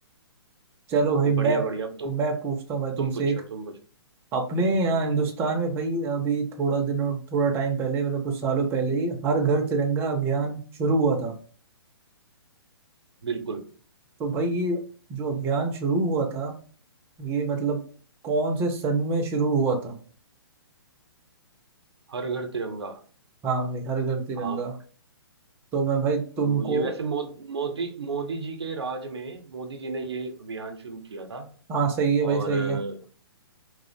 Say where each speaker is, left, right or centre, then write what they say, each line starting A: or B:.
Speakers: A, on the right; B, on the right.
A: चलो भाई मैं
B: बढ़िया बढ़िया अब तुम
A: मैं पूछता हूँ भाई
B: तुम
A: तुमसे
B: पूछो
A: एक
B: तुम पूछो
A: अपने यहाँ हिंदुस्तान में भाई अभी थोड़ा दिनों थोड़ा टाइम पहले मतलब कुछ सालों पहले ही हर घर तिरंगा अभियान शुरू हुआ था
B: बिल्कुल
A: तो भाई ये जो अभियान शुरू हुआ था ये मतलब कौन से सन में शुरू हुआ था
B: हर घर तिरंगा
A: हाँ भाई हर घर तिरंगा
B: हाँ
A: तो मैं भाई तुमको
B: तो ये वैसे मो, मोदी मोदी जी के राज में मोदी जी ने ये अभियान शुरू किया था
A: हाँ सही है
B: और
A: भाई सही
B: अ,
A: है